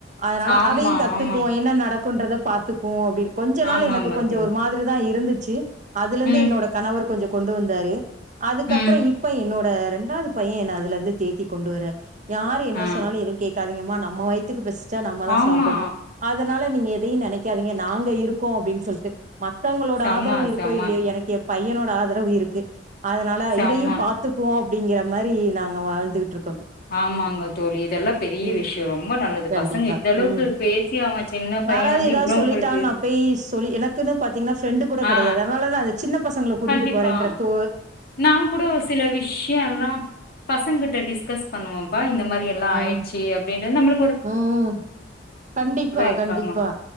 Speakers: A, on the right; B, on the left.
A: அதனால
B: ஆமா
A: அதையு கத்துக்குவோம்
B: ஆமா
A: என்ன நடக்கு குன்றத பாத்துக்கு அப்டின் கொஞ்ச நாள்
B: ஆமாங்க
A: எனக்கு கொஞ்சம்
B: தோழி
A: ஒரு மாதிரி தா இருந்துது ச்சு அதுல இருந்து
B: ம்
A: என்னோட கணவர் கொஞ்சோ கொண்டு வந்தாரு அதுக்கப்புற
B: ம்
A: இப்ப என்னோட அ ரெண்டாவது பைய என்ன அதுலருந்து தேத்தி கொண்டு வராரு யாரு என்ன
B: ஆ
A: சொன்னாலு எதுவு கேட்காதீங்க மா நம்ம வயித்துகு பஸ் சிச்சா நம்ம தா
B: ஆமா
A: சாப்டனு அதனால நீங்க எதையு நெனைக்காதீங்க நாங்க இருக் க்கோ அப்டின்னு சொல்லிட்டு மத்தங்களோட
B: செம
A: ஆதரவு இருக்கோ
B: செம
A: இல்லையோ எனக்கு எப் பையனோட ஆதரவு இருக்கு அதனால
B: செம
A: இதையு பாத்துக்கும்வோ அப்டிங்கிற மாரி நாங்க வாழ்ந்துட்ருக்
B: ஆமாங்க தோழி இதெல்லா பெரிய
A: ம்
B: விஷயோ ரொம்ப நல்லது
A: கண்டிப்பா
B: பசங்க இந்த அளவுக்கு
A: ம்
B: பேசி அவ சின்ன
A: யாராவது
B: பைய வந்து
A: ஏதாவது
B: இவ்ளோ
A: சொல்லிட்டா
B: உங்களுக்கு
A: நா பெய் சொல்லி எனக்குன்னு பாத்தீங்கன்னா ஃப்ரெண்ட்டு கூட கிடையாது
B: ஆ
A: அதனால தா அது சின்ன பசங்கள கூட்டிட்டு
B: கண்டிப்பா
A: போறேன்றத்தோ
B: நா கூட சில விஷயோலா பசங்க கிட்ட டிஸ்கஸ் பண்ணுவோம்ப்பா இந்த மாரி எ யெலா
A: ம்
B: ஆயிடுச்சு அப்டின்ற நம்ம
A: ம் கண்டிப்பா
B: இருக்காங்க
A: கண்டிப்பா